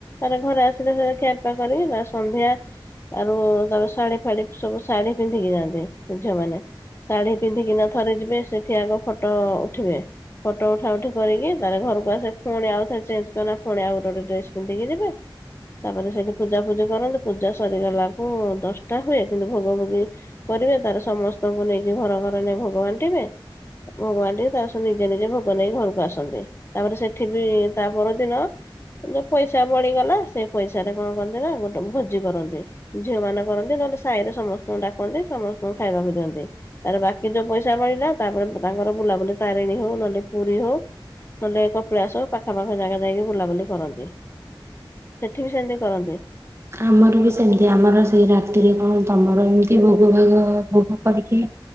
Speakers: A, on the left; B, on the right.
A: ତାର ଘରେ ଆସିଲେ ସେ ଖିଆ ପିଆ କରି ତା ସନ୍ଧ୍ୟା ଆରୁ ତା ଶାଢୀ ଫାଢୀ ସବୁ ଶାଢୀ ପିନ୍ଧିକି ଯାଆନ୍ତି ସେ ଝିଅମାନେ। ଶାଢ଼ୀ ପିନ୍ଧିକିନା ଥରେ ଯିବେ। ସେଠି ଆଗ ଫଟୋ ଉଠିବେ। ଫଟୋ ଉଠା ଉଠି କରିକି ତା ଘରକୁ ଆସେ ପୁଣି ଆଉ ଥରେ ଚଞ୍ଜ ଆଉ ଗଟେ ଗଟେ ଡ୍ରେସ ପିନ୍ଧିକି ଯିବେ। ତାପରେ ସେଇଠି ପୂଜା ଫୂଜି କରନ୍ତିୁ ପୂଜା ସରିଗଲାକୁ ଦଶଟା ହୁଏ। କିନ୍ତୁ ଭୋଗ ଭୋଗି କରିବେ ତାର ସମସ୍ତଙ୍କୁ ନେଇକି ଘର ଘର ନେଇ ଭୋଗ ବାନ୍ଟିବେ। <inaudible> ତାର ନିଜେ ନିଜେ ଭୋଗ ନେଇକି ଘରକୁ ଆସନ୍ତି। ତାପରେ ସେଠି ବି ତା ପରଦିନ ଯୋଉ ପଇସା ବଳିଗଲା ସେଇ ପଇସାାରେ କଣ କରନ୍ତି ନା ଗୋଟେ ଭୋଜି କରନ୍ତି। ଝିଅ ମାନ କରନ୍ତି। ନହେଲେ ସାହି ରେ ସମସ୍ତଙ୍କୁ ଡାକନ୍ତି। ସମସ୍ତଙ୍କୁ ଖାଇବାକୁ ଦିଅନ୍ତି। ତାରେ ବାକି ଯୋଉ ପଇସା ବଳିଲା ତାପରେ ତାଙ୍କର ବୁଲାବୁଲି ତାରିଣୀ ହଉ ନହେଲେ ପୁରୀ ହଉ ନହେଲେ କପିଳାସ ପାଖାପାଖ ଜାଗା ଯାଇକି ବୁଲାବୁଲି କରନ୍ତି। ସେଠି ବି ସେମିତି କରନ୍ତି।
B: ଆମର ବି ସେମିତି ଆମର ସେଇ ରାତିରେ କଣ ତମର ଏମତି ଭୋଗ ଭାଗ ଭୋଗ କରିକି